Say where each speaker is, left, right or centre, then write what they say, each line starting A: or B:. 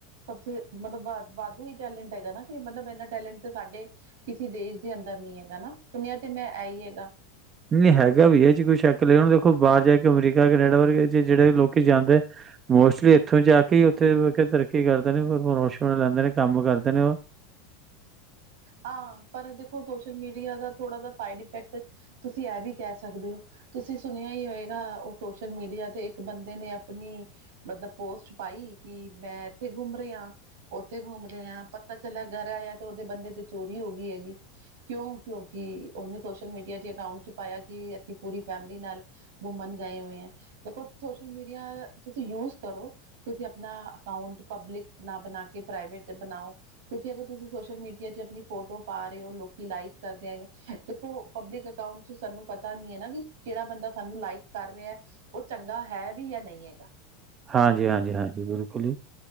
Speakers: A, on the right (about 75°); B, on the right (about 20°).
A: ਸਭ ਸੇ ਮਤਲਬ ਵ ਵਾਧੂ ਹੀ ਟੈਲੈਂਟ ਹੈਗਾ ਨਾ ਕਿ ਮਤਲਬ ਇਹਨਾਂ ਟੈਲੈਂਟ ਤੇ ਸਾਡੇ ਕਿਸੇ ਦੇਸ਼ ਦੇ ਅੰਦਰ ਨਹੀਂ ਹੈਗਾ ਨਾ ਸੁਣਿਆ ਤੇ ਮੈਂ ਇਹ ਹੀ ਹੈਗਾ।
B: ਨਹੀਂ ਹੈਗਾ ਵੀ ਇਹ ਚ ਕੋਈ ਸ਼ੱਕ ਲ ਹੁਣ ਦੇਖੋ ਬਾਹਰ ਜਾ ਕੇ ਅਮਰੀਕਾ ਕੈਨੇਡਾ ਵਰਗੇ ਚ ਜਿਹੜੇ ਲੋਕੀ ਜਾਂਦੇ। ਮੋਸਟਲੀ ਇੱਥੋਂ ਜਾ ਕੇ ਹੀ ਉੱਥੇ ਤਰੱਕੀ ਕਰਦੇ ਨੇ ਰੋਸ਼ ਲੈਂਦੇ ਨੇ ਕੰਮ ਕਰਦੇ ਨੇ ਉਹ
A: ਆ ਪਰ ਦੇਖੋ ਸੋਸ਼ਲ ਮੀਡੀਆ ਦਾ ਥੋੜ੍ਹਾ ਜ ਸਾਈਡ ਇਫੈਕਟ ਤੁਸੀਂ ਐ ਵੀ ਕਹਿ ਸਕਦੇ ਹੋ ਤੁਸੀਂ ਸੁਣਿਆ ਹੀ ਹੋਏਗਾ ਉਹ ਸੋਸ਼ਲ ਮੀਡੀਆ ਤੇ ਇੱਕ ਬੰਦੇ ਨੇ ਆਪਣੀ ਮਤਲਬ ਪੋਸਟ ਪਾਈ ਕਿ ਮੈਂ ਇੱਥੇ ਘੁੰਮ ਰਿਹਾ ਉੱਥੇ ਘੁੰਮ ਰਹੇ ਆ ਪਤਾ ਚੱਲਿਆ ਘਰ ਆਇਆ ਤੇ ਉਹਦੇ ਬੰਦੇ ਤੇ ਚੋਰੀ ਹੋ ਗਈ ਹੈਗੀ ਕਿਉਂ ਕਿਉਂਕਿ ਉਹਨੇ ਸੋਸ਼ਲ ਮੀਡੀਆ ਚ ਅਕਾਊਂਟ ਚ ਪਾਇਆ ਕਿ ਅਸੀਂ ਪੂਰੀ ਫੈਮਿਲੀ ਨਾਲ ਘੁੰਮਣ ਗਏ ਹੋਏ ਹੈ ਦੇਖੋ ਸੋਸ਼ਲ ਮੀਡੀਆ ਤੁਸੀਂ ਯੂਜ ਕਰੋ ਤੁਸੀਂ ਆਪਣਾ ਅਕਾਊਂਟ ਪਬਲਿਕ ਨਾ ਬਣਾ ਕੇ ਪ੍ਰਾਈਵੇਟ ਬਣਾਓ ਕਿਉਂਕਿ ਅਗਰ ਤੁਸੀਂ ਸੋਸ਼ਲ ਮੀਡੀਆ ਚ ਆਪਣੀ ਫੋਟੋ ਪਾ ਰਹੇ ਹੋ ਲੋਕੀ ਲਾਈਕ ਕਰਦੇਿਆਂਗੇ ਦੇਖੋ ਪਬਲਿਕ ਅਕਾਊਂਟ ਕੁਛ ਸਾਨੂੰ ਪਤਾ ਨੀ ਹੈ ਨਾ ਕਿ ਕਿਹੜਾ ਬੰਦਾ ਸਾਨੂੰ ਲਾਈਕ ਕਰ ਰਿਹਾ ਉਹ ਚੰਗਾ ਹੈ ਵੀ ਜਾਂ ਨਹੀਂ ਹੈਗਾ
B: ਹਾਂਜੀ ਹਾਂਜੀ ਹਾਂਜੀ ਬਿਲਕੁਲ ਜੀ